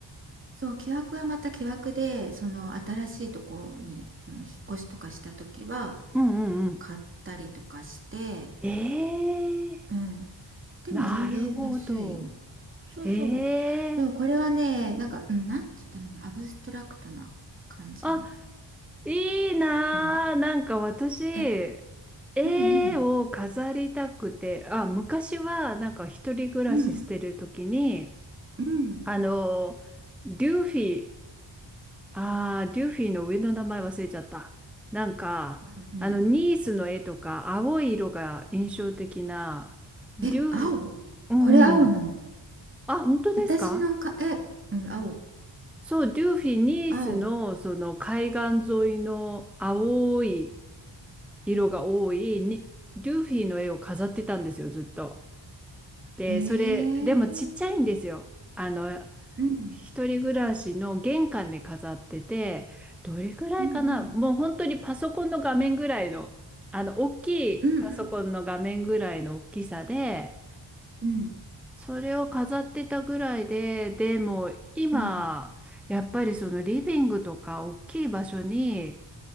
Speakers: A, on the right (about 25°); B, in the centre.
A: そう、木枠はまた木枠で、その新しいとこに、うん引っ越しとかした時は
B: うんうんうん。
A: 買ったりとかして、
B: ええ
A: うん。でも全然安いよ。
B: なるほど。
A: そうそう。
B: ええ
A: でもこれはね、なんか、うん、なんて言ったらいいの、アブストラクトな感じの。
B: あ、いいなー。
A: うん。
B: なんか私、
A: え、
B: 絵を飾りたくて、
A: うんうん。
B: あ、昔はなんか一人暮らししてる時に、
A: うん。うん。
B: あの、デューフィー、ああ、デューフィーの上の名前忘れちゃった。なんか、
A: うんうん。
B: あの、ニースの絵とか、青い色が印象的な、デューフ、
A: え、青。
B: うんうん。
A: これ青なの。
B: あ、本当ですか
A: 私のか、え、うん、青。
B: そう、デューフィー、ニースの、
A: 青。
B: その、海岸沿いの青い色が多いに、デューフィーの絵を飾ってたんですよ、ずっと。で、
A: へえ。
B: それ、でもちっちゃいんですよ。あの、
A: うん。
B: 一人暮らしの玄関で飾ってて、どれぐらいかなもう本当にパソコンの画面ぐらいの、
A: うんうん。
B: あの、大きいパソコンの画面ぐらいの大きさで、
A: うんうん。うん。
B: それを飾ってたぐらいで、でも今、
A: うん、
B: やっぱりそのリビングとか大きい場所に、